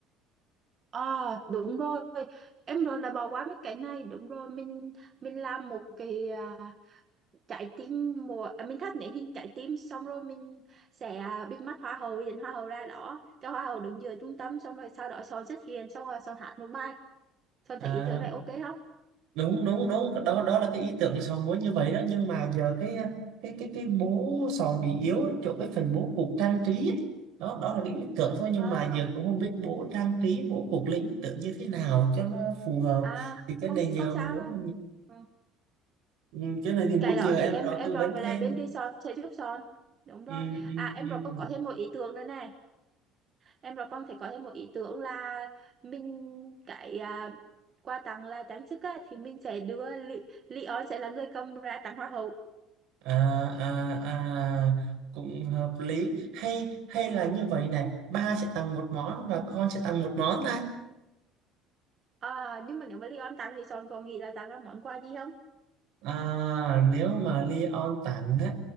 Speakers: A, on the right; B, on the right.
A: Ờ đúng rồi em rồi là bỏ qua mấy cái này đúng rồi mình mình làm một cái à, trái tim mùa à, mình thắt nét hình trái tim xong rồi mình sẽ à, bịt mắt hoa hậu dẫn hoa hậu ra đó cho hoa hậu đứng giữa trung tâm xong rồi sau đó Son xuất hiện xong rồi Son hát một bài Son
B: à,
A: thấy ý tưởng này ok không?
B: đúng đúng đúng đó đó là cái ý tưởng Sòn muốn như vậy đó nhưng mà giờ cái cái cái cái bố Sòn bị yếu chỗ cái phần bố cục trang trí ấy. đó đó là cái ý tưởng thôi nhưng
A: À
B: mà giờ cũng không biết bố trang trí bố cục lấy ý tưởng như thế nào cho nó phù hợp
A: à
B: thì cái
A: không
B: này nhờ
A: không sao
B: muốn
A: đâu Ừ.
B: ừ, cái này thì muốn
A: Cái
B: nhờ
A: đó
B: em
A: thì em
B: đó
A: em
B: tư
A: rồi
B: vấn
A: với
B: thêm
A: lại bên resort sẽ giúp son đúng
B: ừ,
A: rồi
B: ừ,
A: à em
B: ừ.
A: rồi con có thêm một ý tưởng nữa này em rồi con phải có thêm một ý tưởng là mình cái à, quà tặng là trang sức á, thì mình sẽ đưa Li- Leon sẽ là người cầm ra tặng hoa hậu
B: à à à cũng hợp lý hay hay là như vậy này ba sẽ tặng một món và con sẽ tặng một món ta
A: à, nhưng mà nếu mà Leon tặng thì son còn nghĩ là tặng ra món quà gì không
B: À, nếu mà Leon tản á,